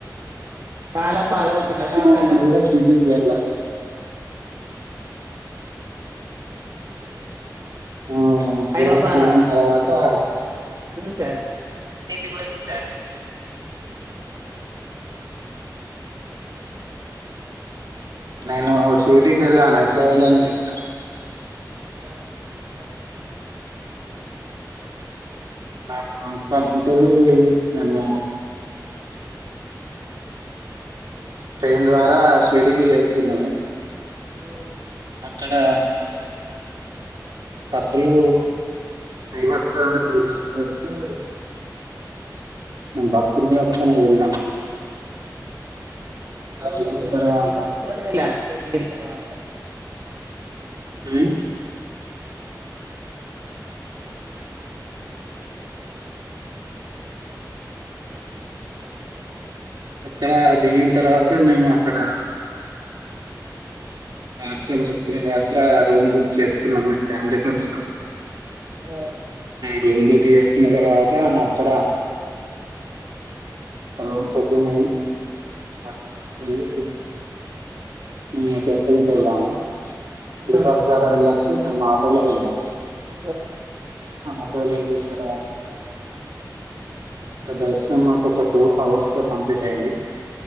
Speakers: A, on the right; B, on the right.
A: చాలా బాగా
B: నేను
A: ఉంది ప్రశాంతంగా
B: కూడా
A: మంచిగా
B: సిటీకి
A: అనిపించింది
B: వెళ్ళాను ఉమ్ సీడకి
A: సాయిబాబా
B: వెళ్ళిన తర్వాత అ
A: చాను
B: మీది కూడా చూసారు నేను షిడికి వెళ్ళాను ఎట్లా వెళ్ళాను చెప్తా
A: ఆ చెప్పండి
B: మేము ఇక్కడి నుంచిళ్ి మేము ట్రైన్ ద్వారా షిర్డికి చేరుకున్నాము
A: ఉమ్,
B: అక్కడ అది అసలు ఫేమస్గాండి ఫేమస్ వ్యక్తి బతుని క్సుకనే వెళ్
A: అవును
B: దిగిన
A: మేం
B: తర్వాత
A: కూడా ప్రీ బస్ లోనే వెళ్లా రెంల తర్వాత
B: ఆ అక్కడ దిగిన తర్వాత మేము అక్కడ ఆశ్రమ భి నివాసుల రూమ్ బుక్ చేసుకున్నాంే ఫ్యామిలీతోే
A: ఆ
B: బందు బఎస్ినగరతప్పడ రూమ్స్కిన్ అయి అకడ్నుంచి వెళ్ళి ఇంకా టెంపుల్ కి వెళ్ళాము
A: ఆ
B: ఇ బస్ ధారా వెళ్ళచు మేము ఆటో లో వెళ్ళాం
A: ఆ
B: అ <unintelligible> ఇంక దర్శనం మాకు ఒక టూ అవర్స్ లో కంప్లీట్ అయింది